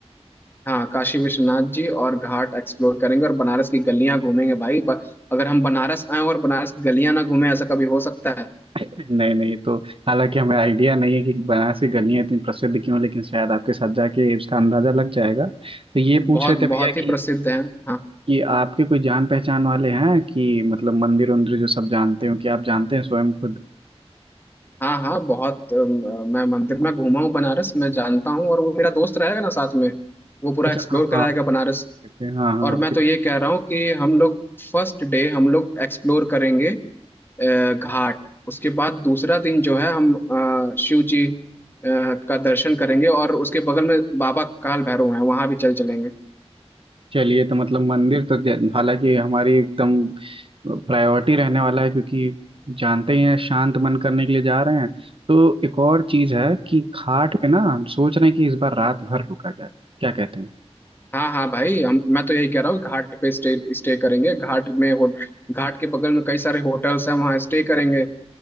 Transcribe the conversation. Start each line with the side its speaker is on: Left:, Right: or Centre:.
Left: हाँ काशी विश्वनाथ जी और घाट एक्सप्लोर करेंगे और बनारस की गलियाँ घूमेंगे भाई ब, अगर हम बनारस आए और बनारस की गलियाँ ना घूमें ऐसा कभी हो सकता है
Right: नहीं नहीं तो हालांकि हमें आइडिया नहीं है कि बनारस की गलियां इतनी प्रसिद्ध क्यों हैं, लेकिन शायद आपके साथ जाके उसका अंदाजा लग जाएगा तो ये पूछ
Left: बहुत
Right: रहे थे
Left: बहुत
Right: भैया
Left: ही
Right: कि
Left: प्रसिद्ध है हाँ
Right: कि आपके कोई जान पहचान वाले हैं कि मतलब मंदिर उंदिर जो सब जानते हो कि आप जानते हैं स्वयं खुद
Left: हाँ हाँ बहुत अम, मैं मंदिर में घूमा हूँ बनारस मैं जानता हूँ और वो मेरा दोस्त रहेगा ना साथ में वो पूरा
Right: अच्छा
Left: एक्सप्लोर
Right: हाँ
Left: कराएगा
Right: हाँ
Left: बनारस
Right: कहते हैं हाँ हाँ
Left: और
Right: आपके
Left: मैं तो ये कह रहा हूँ कि हम लोग फर्स्ट डे हम लोग एक्सप्लोर करेंगे अ, घाट उसके बाद दूसरा दिन जो है हम अ, शिव जी अ, का दर्शन करेंगे और उसके बगल में बाबा काल भैरव हैं वहां भी चल चलेंगे
Right: चलिए तो मतलब मंदिर तो ज- हालांकि हमारी एकदम प्रायोरिटी रहने वाला है क्योंकि जानते ही हैं शांत मन करने के लिए जा रहे हैं तो एक और चीज है कि घाट पे ना हम सोच रहे हैं कि इस बार रात भर रुका जाए क्या कहते हैं
Left: हाँ हाँ भाई हम मैं तो यही कह रहा हूँ घाट पे स्टे स्टे करेंगे घाट में हो घाट के बगल में कई सारे होटल्स हैं वहाँ स्टे करेंगे